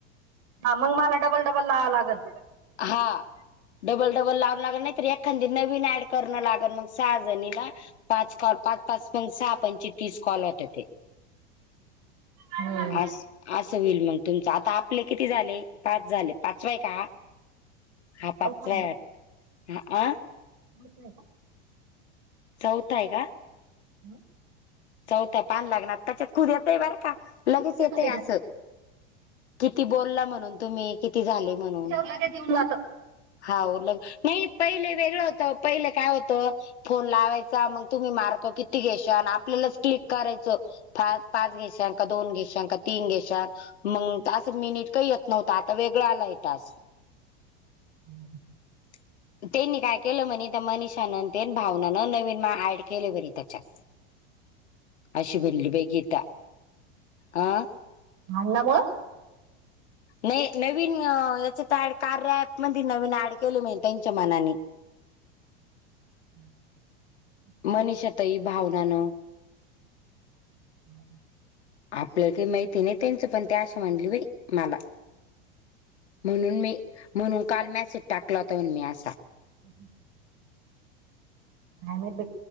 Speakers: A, on the right; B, on the left.
A: हा मग मला डबल डबल लावां लागेल.
B: हा. डबल डबल लावून लागल नाहीत एखादी नवीन ऍड करणं लागल मग सहाजणीला. पाच कॉल पाच पाच पण सहा पणचे तीस कॉल होता ते
A: हम्म.
B: अस असं होईल मग तुमच आता आपले किती झाले पाच झाले पाचवाय का हा पाचरा
A: अवघड आहे
B: आठ ह आ
A: <inaudible>
B: चौता आहे का.
A: <inaudible>
B: चौथा पान लागणार त्याच्यात खुद येतय बर का लगेच येतय
A: त्याच्यावर
B: असं किती बोलला म्हणून तुम्ही किती झाले म्हणून
A: लगेच येऊन जात
B: हालग नाही पहिले वेगळं होत पहिले काय होत फोन लावायचा मग तुम्ही मारको किती घेशल क्लिक करायच पाच घेश का दोन घेशन का तीन घेश मग तास मिनिट का येत नव्हता आता वेगळां आलाय तास
A: ह <inaudible>
B: <inaudible> त्यांनी काय केलं म्हणे त्या मनिषानं भावनान नवीन ऍड केले बरी त्याच्यात. अशी बोली बाई गीता आ.
A: भणणा मुळं <unintelligible>
B: नाही नवीन अ याच्यात ॲड कार्या ॲपमध्ये नवीन ॲड केले त्यांच्या मनाने.
A: हम् <inaudible>
B: मनीषाताई भावनानं.
A: हो <inaudible>
B: आपल्या काही माहिती नाही त्यांचं पण ते आशा म्हणल्या बाई. मला म्हणून मी म्हणून काल मेसेज टाकल होता म्हणून असा.
A: अओके <unintelligible> आ म ब